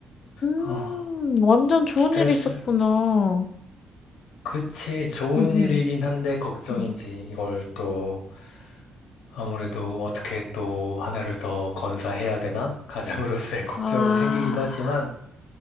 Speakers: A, on the left; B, on the left.
A: 어,
B: 음, 완전 좋은
A: 스트레스.
B: 일 있었구나.
A: 그치, 좋은
B: 응, 응.
A: 일이긴 한데, 걱정이지.
B: 응.
A: 이걸 또, 아무래도 어떻게 또 하나를 더 건사해야 되나? 가장으로서의 <laughs> 걱정이
B: 아,
A: 생기기도 하지만,